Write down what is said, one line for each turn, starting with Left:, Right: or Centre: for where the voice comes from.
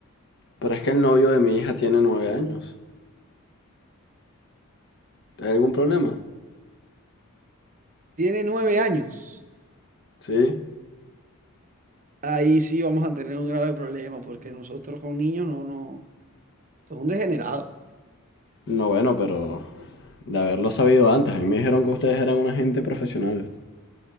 Left: Pero es que el novio de mi hija tiene nueve años. ¿Hay algún problema?
Right: Tiene nueve años.
Left: Sí.
Right: Ahí sí vamos a tener un grave problema porque nosotros con niños no, no, esto es un degenerado.
Left: No, bueno, pero. De haberlo sabido antes. A mí me dijeron que ustedes eran una gente profesional.